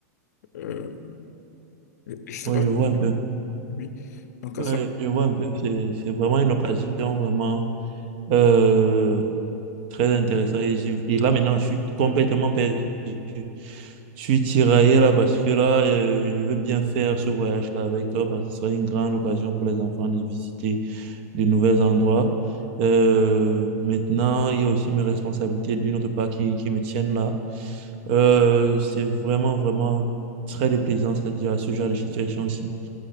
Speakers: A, on the left; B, on the right.
A: euh, je sais
B: Oui,
A: pas.
B: je vois un peu.
A: Oui, donc
B: Euh,
A: ça.
B: Ouais, je vois un peu, c'est c'est vraiment une occasion vraiment euh, très intéressante. Et, je- et là, maintenant, je suis complètement perdu. Je suis tiraillé là parce que là, euh, je veux bien faire ce voyage-là avec toi parce que ce serait une grande occasion pour les enfants de visiter de nouveaux endroits. Euh, maintenant, il y a aussi mes responsabilités d'une autre part qui, qui me tiennent là. Euh, c'est vraiment, vraiment très déplaisant, c'est-à-dire à ce genre de situation-ci.